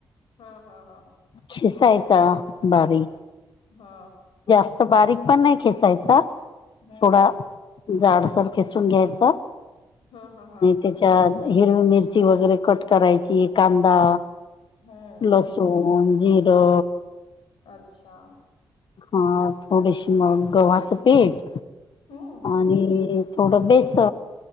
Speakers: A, on the left; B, on the left.
A: हा हा हा
B: शिसायचा बारी
A: हा
B: जास्त बारीक पण नाही खेसायचा
A: हम्म
B: थोडा झाडसार खिसून घ्यायचं
A: हा हा हा
B: त्याच्यात हिरवी मिरची वगैरे कट करायची कांदा
A: हम्म
B: लस सन जिरो
A: अच्छा
B: हा थोडीशी म गव्हाचं पेठ
A: हम्म
B: आणि थोडं बेस